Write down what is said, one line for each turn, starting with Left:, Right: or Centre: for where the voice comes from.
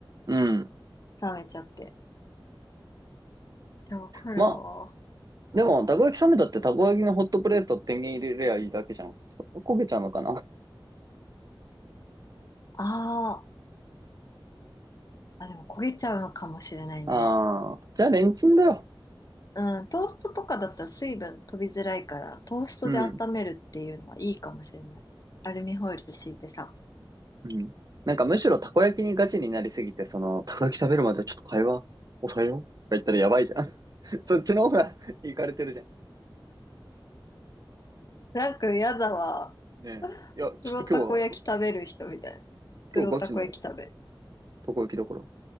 Right: うん。
Left: 冷めちゃって。じゃあわかるわ。
Right: まあ、でも、たこ焼き冷めたってたこ焼きのホットプレート天元入れりゃいいだけじゃん。そ焦げちゃうのかな
Left: あーあ、でも焦げちゃうのかもしれないね。
Right: ああじゃあレンチンだよ。
Left: うん、トーストとかだったら水分飛びづらいから、トーストで温めるっていうのはいいかもしれない。
Right: うん。
Left: アルミホイル敷いてさ。
Right: うん。なんかむしろたこ焼きにガチになりすぎて、
Left: うん。
Right: その、たこ焼き食べるまでちょっと会話抑えようとか言ったらやばいじゃん。<laughs> そっちの方がいかれてるじゃん。
Left: なんかやだわ。
Right: ねえ。いや、
Left: プロたこ焼き食べる人みたいな。
Right: ちょっと今日は、
Left: プロたこ焼き食べる。
Right: 今日ガチのたこ焼きだから。